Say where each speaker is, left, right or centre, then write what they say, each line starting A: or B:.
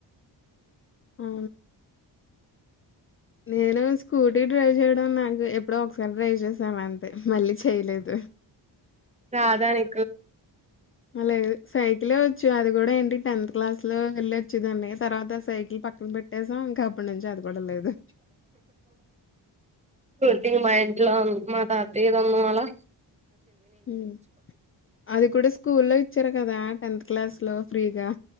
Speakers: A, on the left (about 30°); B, on the right (about 15°).
A: ఆ నేను స్కూటీ డ్రైవ్ చేయడం నాక్ ఎప్పుడో ఒకసారి డ్రైవ్ చేశా అంతే మళ్ళీ చేయలేదు.
B: రాధా నీ.
A: అ లేదు సైకిలే వచ్చు అది గుడా ఏంటి టెన్త్ క్లాస్ లో వెళ్లొచ్చేదాన్ని తర్వాత సైకిల్ పక్కన పెట్టేసాం ఇంకా. ఇప్పునుంచి అది కూడా లేదు.
B: ఇది మా ఇంట్లో మా తాతయ్యదుంది మాలా.
A: ఉమ్ అది కూడా స్కూల్ లో. చ్చారు కదా టెన్త్ క్లాస్ లో ఫ్రీగా.